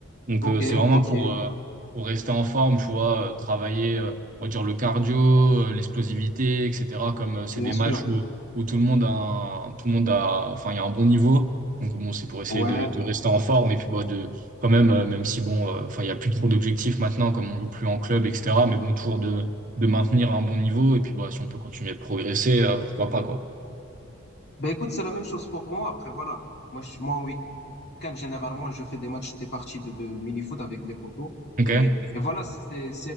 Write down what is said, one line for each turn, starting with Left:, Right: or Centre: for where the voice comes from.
Right: Donc,
Left: Ok,
Right: euh, c'est vraiment
Left: ok,
Right: pour, euh, pour rester en forme, tu vois, euh, travailler, euh, on va dire, le cardio, euh, l'explosivité, etc. Comme euh, c'est
Left: bien
Right: des
Left: sûr.
Right: matchs où, où tout le monde a, un- tout le monde a, enfin, il y a un bon niveau. Donc bon, c'est pour essayer
Left: Ouais.
Right: de, de rester en forme et puis bah, de quand même, euh, même si bon, euh, enfin il y a plus trop d'objectifs maintenant comme on joue plus en club, etc. Mais bon, toujours de, de maintenir un bon niveau et puis bah si on peut continuer de progresser, euh, pourquoi pas quoi.
Left: Ben écoute, c'est la même chose pour moi. Après, voilà. Moi, je, moi, en week-end, généralement, je fais des matchs, des parties de, de mini-foot avec mes potos.
Right: Ok?
Left: Et, et voilà, c'est, c'est,